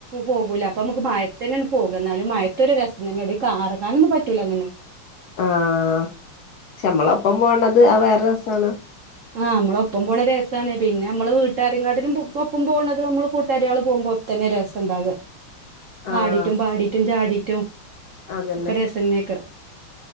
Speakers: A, on the right; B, on the left.
A: പോകൂല അപ്പൊ നമുക്ക് മഴത്തന്നെയാണ് പോക എന്നാലും മയത്ത ഒരു രസം തന്നെ അടടെ കറങ്ങാനൊന്നും പറ്റൂല എന്നന്നും
B: ആഹ ഷേ മ്മളൊപ്പം പോണത് ആ വേറെ രസമാണ്
A: ആഹ നമ്മള ഒപ്പം പോണ രസമാണ് പിന്നെ നമ്മള് വീട്ടുകാരെക്കാട്ടിലും ഒപ്പം പോണത് നമ്മള് കൂട്ടുകാരികൾ പോകുമ്പോ തന്നെ രസംണ്ടാകുക
B: ആഹ്
A: ആടിട്ടും പാടിട്ടും ചാടിട്ടും
B: അതന്നെ
A: ഒക്കെ രസനെയൊക്കെ